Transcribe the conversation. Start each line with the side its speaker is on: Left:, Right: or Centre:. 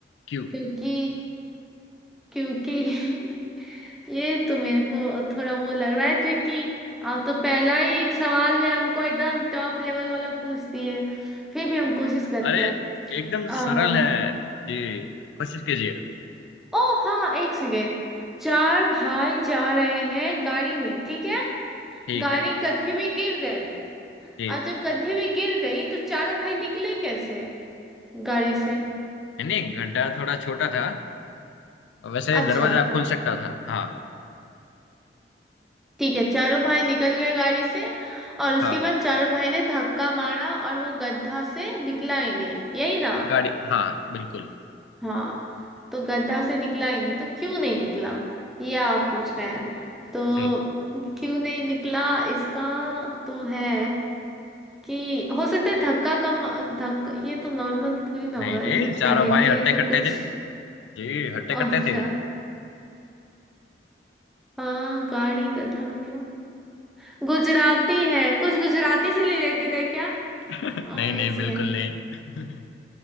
Left: क्यों
Centre: क्योंकि क्योंकि <laughs> ये तो मेरे को थोड़ा वो लग रहा है क्योंकि आप तो पहला ही सवाल में हमको एकदम टॉप लेवल वाला पूछ दिए फिर भी हम कोशिश करते
Left: अरे
Centre: हैं
Left: एकदम
Centre: आ,
Left: सरल है जी कोशिश कीजिए
Centre: ओ हाँ एक सेकेंड चार भाई जा रहे हैं गाड़ी में ठीक है
Left: ठीक
Centre: गाड़ी
Left: है
Centre: गड्ढे में गिर गई
Left: जी
Centre: और जब गड्ढे में गिर गई तो चारों भाई निकले कैसे गाड़ी से
Left: नहीं नहीं, गड्ढा थोड़ा छोटा था वैसे
Centre: अच्छा
Left: दरवाजा खुल सकता था हाँ
Centre: ठीक है चारों भाई निकल गए गाड़ी से और उसके
Left: हाँ
Centre: बाद चारों भाई ने धक्का मारा और वो गड्ढा से निकला ही नहीं यही ना
Left: गाड़ी हाँ बिल्कुल
Centre: हाँ तो गड्ढा से निकला ही नहीं तो क्यों नहीं निकला ये आप पूछ रहे हैं तो
Left: जी
Centre: क्यों नहीं निकला इसका तो है कि हो सकता है धक्का कम धक्का ये तो नॉर्मल थोड़ी ना होगा
Left: नहीं नहीं
Centre: ये तो पहेली
Left: चारों भाई हट्टे
Centre: है तो
Left: कट्टे
Centre: कुछ
Left: थे जी हट्टे
Centre: अच्छा
Left: कट्टे थे <laughs>
Centre: हाँ गाड़ी गड्ढा में गिरा गुजराती है कुछ गुजराती से ले लेते थे क्या
Left: नहीं
Centre: आ, एक
Left: नहीं
Centre: सेकेंड
Left: बिल्कुल नहीं <laughs>